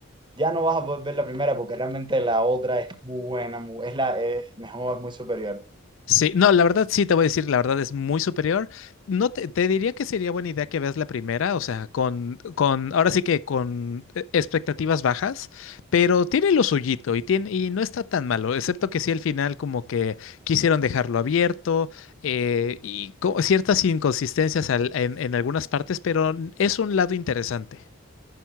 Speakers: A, on the right; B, on the left.
A: ya no vas a poder ver la primera porque realmente la otra es muy buena, mu- es la es mejor, es muy superior.
B: Sí, no, la verdad sí te voy a decir, la verdad es muy superior. No te, te diría que sería buena idea que veas la primera, o sea, con, con, ahora sí que con eh, expectativas bajas, pero tiene lo suyito y tiene, y no está tan malo, excepto que sí al final como que quisieron dejarlo abierto, eh, y co- ciertas inconsistencias al- en, en algunas partes, pero es un lado interesante.